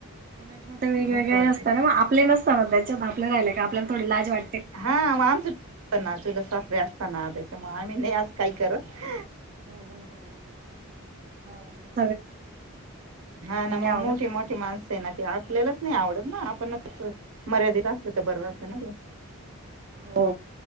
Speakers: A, on the right (about 40°); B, on the right (about 75°).
A: उलट म वेगवेगळे
B: मस्त वाटत
A: असतना ना मग आपले नसतना त्याच्यात आपले राहिले का आपल्याला थोडी लाज वाटते
B: हा आमच ना असताना त्याच्यामुळे आम्ही नाही आज काही करत
A: हम् हम् हम् हम् ह मस्
B: हा ना मग
A: आवडत
B: मोठी मोठी माणस आहे ना त आपल्यालाच नाही आवडत ना आपणच मर्यादित असल तर बरोबरत ना ते
A: हो